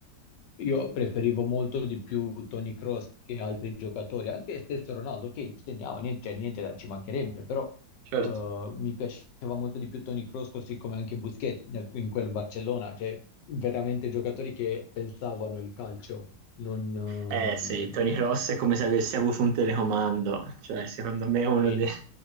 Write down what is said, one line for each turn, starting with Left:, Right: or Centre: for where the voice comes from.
Left: io preferivo molto di più Toni Kroos che altri giocatori, anche stesso Ronaldo, che segnava, niente, cioè, niente da- ci mancherebbe, però
Right: certo.
Left: eh, mi piaceva molto di più Toni Kroos, così come anche Busquets nel- in quel Barcellona, cioè veramente giocatori che pensavano il calcio, non... ehm,
Right: Eh sì, Tony Cross è come se avesse avuto un telecomando, cioè secondo me è uno
Left: sì.
Right: de-